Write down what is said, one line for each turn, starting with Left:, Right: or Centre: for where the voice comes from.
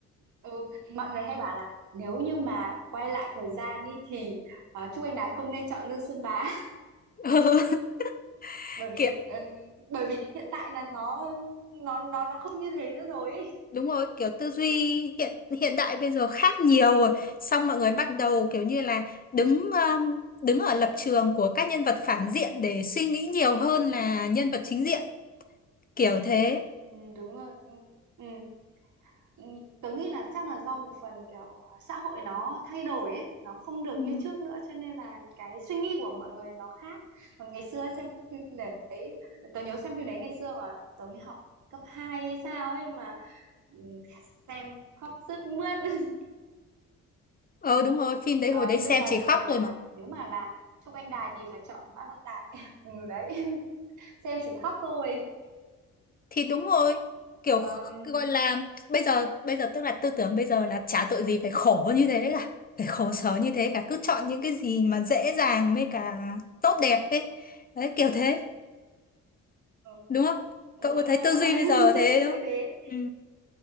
Right: ừ. mọi người hay bảo là nếu như mà quay lại thời gian đi thì uh, Trúc Anh Đài không nên chọn Lương Xuân Bá <laughs>
Left: <laughs>
Right: bởi vì
Left: kiểu
Right: ừ, bởi vì hiện tại là nó nó nó nó không như thế nữa rồi ấy.
Left: đúng rồi kiểu tư duy hiện hiện đại bây giờ khác nhiều rồi xong mọi người bắt đầu kiểu như là đứng um, đứng ở lập trường của các nhân vật phản diện để suy nghĩ nhiều hơn là nhân vật chính diện kiểu thế
Right: Ừ, đúng rồi đúng rồi ừ. Ừ, tớ nghĩ là chắc là do một phần kiểu xã hội nó thay đổi ấy nó không được
Left: Ừ.
Right: như trước nữa cho nên là cái suy nghĩ của mọi người nó khác còn ngày xưa xem phim đấy tớ nhớ xem phim đấy ngày xưa mà tớ mới học cấp 2 hay sao ấy mà ừ, xem khóc sướt mướt <laughs>
Left: ờ đúng rồi phim đấy
Right: à,
Left: hồi đấy
Right: bây
Left: xem
Right: giờ
Left: chỉ
Right: thì
Left: khóc
Right: mọi người bảo
Left: rồi mà
Right: là nếu mà là Trúc Anh Đài thì phải chọn Mã Văn Tài <laughs> ừ đấy xem chỉ khóc thôi
Left: thì đúng rồi kiểu
Right: Ờm,
Left: gọi là bây giờ bây giờ tức là tư tưởng bây giờ là chả tội gì phải khổ như thế cả phải khổ sở như thế cả cứ chọn những cái gì mà dễ dàng với cả tốt đẹp ấy đấy kiểu thế
Right: ừ,
Left: đúng không
Right: ừ
Left: cậu có thấy
Right: đúng rồi
Left: tư
Right: đúng
Left: duy
Right: rồi <laughs>
Left: bây giờ thế
Right: tớ cũng
Left: đúng
Right: thấy
Left: không
Right: thế
Left: ừ